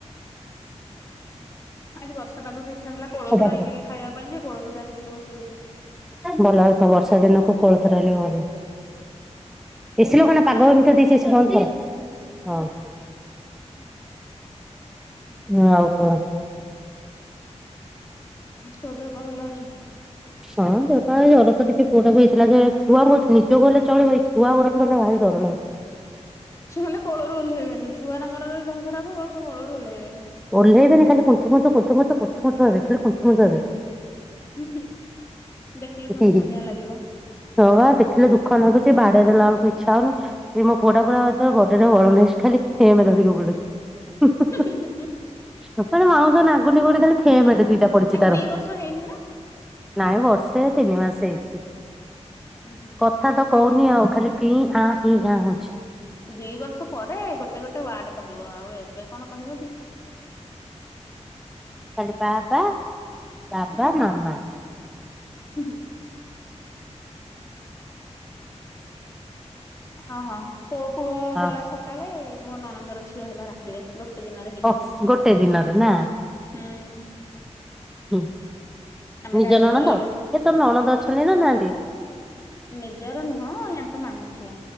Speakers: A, on the left (about 25°); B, in the centre.
A: ଆଜି ବର୍ଷା ପାଗକୁ ଇଚ୍ଛା ହେଲା କୋଳଥ
B: କବାଟ
A: ଡାଲି
B: ଦିଅ
A: ଟିକେ ଖାଇବା ପାଇଁ ଯେ କୋଳଥ ଡାଲି ଟିକେ ବସେଇ ଦେଇଛି।
B: ଭଲ ହଉଥବ ବର୍ଷା ଦିନକୁ କୋଳଥ ଡାଲି ଭଲ। ଏସି ଲଗାନା ପାଗ
A: ଆଉ
B: ଏମିତିଆ ଦେଇଛି ଏସିି ବନ୍ଦ କର ହଁ। ଆଉ କଣ?
A: ତୋ ଦେହ ପାହା ଭଲ ଅଛି?
B: ହଁ ଦେହ୍ ପାହା ଏଇ ଜର ତ ଟିକେ ପୁଅ ଟାକୁ ହେଇଥିଲା ଯେ, ଛୁଆ ମୋ ନିଜକୁ ଗଲେ ଚଳେଇବି ଛୁଆ ଗୁରାଙ୍କୁ ହେଲେ ଭାରି ଡର ଲାଗେ।
A: ଛୁ ମାନେ କୋଳରୁ ଓଲ୍ହେଇବେନି ଛୁଆରାଙ୍କର ଯଦି ଦେହ ଖରାପ ହବ ସେ କୋଳରୁ ଓହ୍ଲେଇବେନି।
B: ଓଲ୍ହେଇବେନି ଖାଲି କୁଂଥୁ କୁଂଥୁ କୁଂଥୁ କୁଂଥୁ କୁଂଥୁ କୁଂଥୁ କୁଂଥୁ କୁଂଥୁ ଖାଲି କୁଂଥୁ କୁଂଥୁ ହେବେ।
A: ହୁଁ ହୁଁ। ଦେଖିଲେ କୁନ୍
B: ହୁଁ ହୁଁ
A: ମୁନିଆଲାଗିବ।
B: ହଁ ପା ଦେଖିଲେ ଦୁଖ ନାଗୁଛି ବାଡେଇ ଦେଲା ବେଳକୁ ଇଚ୍ଛା ହଉନି। ଏ ମୋ ପୁଅଟା ପୁରା ବଡ଼ି ରେ ବଳ ନାହିଁ ସେ ଖାଲି ଫେମେ ଧରିକି ବୁଲୁଛି।
A: <unintelligible>
B: ଟୋଟାଲି ମାଉଁସ ନାଗୁନି ଖାଲି ଫେମେଟେ ଦିଟା ପଡିଚି
A: ତାକୁ
B: ତାର।
A: ଦି ବର୍ଷ ହେଇନି ନା
B: ନାଇଁ ବର୍ଷେ ତିନି ମାସ ହେଇଛିି।
A: ଉୁଁ ହୁଁ।
B: କଥା ତ କହୁନି ଆଉ ଖାଲି ଙ୍କି ଆଁ ଇଂ ଗାଁ। ହଉଛି।।
A: ଦି ବର୍ଷ ପରେ ଗୋଟେ ଗୋଟେ ୱାର୍ଡ କହିବ ଆଉ ଏବେ କଣ କହିବ କି?
B: ଖାଲି ବା ବା ବାବା ମାମା।
A: ହୁଁ ହୁଁ। ହଁ ହଁ ତୋ ପୁଅ
B: ହଁ
A: ହେଲା ସକାଳେ ମୋ ନଣନ୍ଦର ଝିଅ ହେଲା ରାତିରେ ଗୋ ଟେ ଦିନରେ ହେଇଚନ୍ତି।
B: ଅ ଗୋଟେ ଦିନରେ ନା।
A: ହୁଁଉଁ।
B: ହୁଁ ନିଜ
A: ଗାଡିରେ
B: ନଣନ୍ଦ?
A: ଗଲାବେଳେ
B: ଏ ତୋ ନଣନ୍ଦ ଅଛନ୍ତି ନା ନାଆନ୍ତି?
A: ନିଜର ନୁହଁ ୟାଙ୍କ ମାମୁଁ ଝିଅ